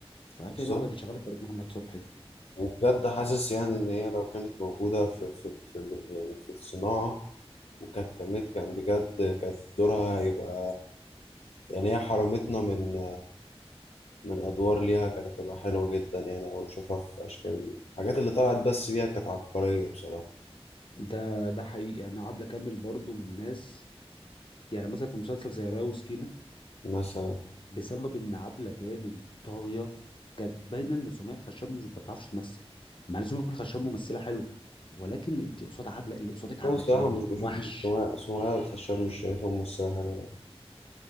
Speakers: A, on the left; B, on the left.
A: فعارف
B: بالظبط
A: يعني واحده كانت شغاله في فرقه محمد صبحي
B: وبجد حاسس يعني إن هي لو كانت موجودة في في في ال- يعني في الصناعة وكانت كمية كان بجد كانت دورها هيبقى يعني هي حرمتنا من من أدوار ليها كانت هتبقى حلوة جدا يعني أو نشوفها في أشكال الحاجات اللي طلعت بس بيها كانت عبقرية بصراحة
A: ده ده حقيقي يعني عبله كامل برضو من الناس يعني مثلا في مسلسل زي رايه وسكينه
B: مثلا
A: بسبب ان عبله كامل طاغيه كانت باينه ان سمية الخشاب مش ما بتعرفش تمثل مع ان سمية الخشاب ممثله حلوه ولكن انت قصاد عبله اللي قصادك عبله
B: أنا الصراحة
A: كامل
B: مش بشوف
A: وحش
B: سمية سمية الخشاب مش شايفها ممثلة حلوة